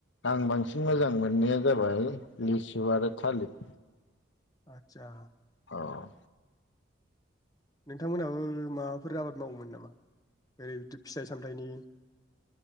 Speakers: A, on the left (about 65°); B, on the left (about 20°).
A: आं बांसिन मोजां मोननाया जाबाय लिसु आरो थालिर।
B: आतसा
A: औ
B: नोंथांमोनहाबो माबाफोर आबाद मावोमोन नामा? ओरै बिदि फिथाइ सामथाइनि?